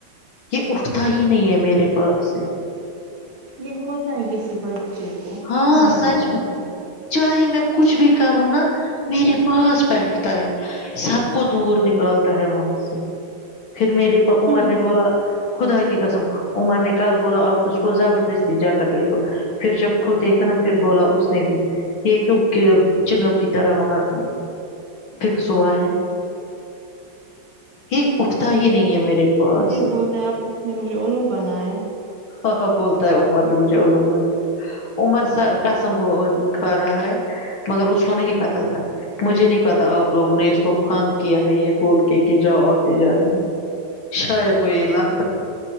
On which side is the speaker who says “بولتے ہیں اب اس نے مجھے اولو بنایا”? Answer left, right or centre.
Right